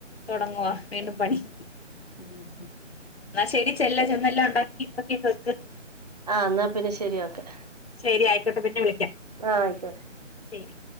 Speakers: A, on the left; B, on the right.
A: തുടങ്ങുവ വീണ്ടും പണി ഉം എന്നാ ശരി ചെല്ല ചെന്നെല്ലാം ഉണ്ട ക്ക <unintelligible>
B: ആ എന്നാ പിന്നെ ശരി ക്കെ
A: ശരി ആയിക്കോട്ടെ പിന്നെ വിളിക്കാം
B: ആ ആയിക്കോട്ടെ
A: ശരി